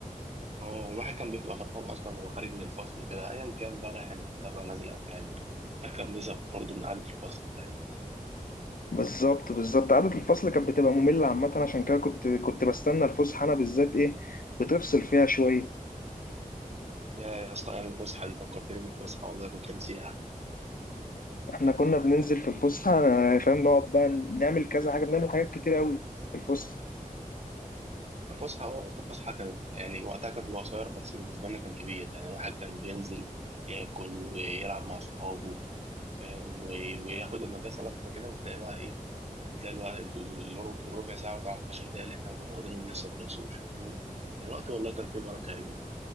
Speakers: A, on the right; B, on the left.
A: هو الواحد كان بيبقى فرحان اصلا وهو خارج من الفصل كده ايا كان بقى رايح المكتبه نازل العاب الواحد كان بيزهق برضه من قعده الفصل فاهم
B: بالظبط بالظبط قعدة الفصل كانت بتبقى مملة عامة عشان كده كنت كنت بستنى الفسحة أنا بالذات إيه بتفصل فيها شوية
A: يا يا اسطى ايام الفسحه دي فكرتني بالفسحه والله كنت نسيها
B: إحنا كنا بننزل في الفسحة أنا فاهم نقعد بقى بنعمل كذا حاجة بنعمل حاجات كتير أوي في الفسحة
A: الفسحه اه الفسحه كانت يعني وقتها كانت بتبقى قصير بس بالنسبه لنا كان كبير يعني الواحد كان بينزل ياكل ويلعب مع صحابه فاهم و- وياخد المدرسه لفه كده وتلاقي بقى ايه وتلاقي الوقت الربع الربع ساعه و 10 دقايق اللي احنا كنا واخدينهم لسه ما خلصوش فاهمني يعني الوقت والله كان فيه بركه يعني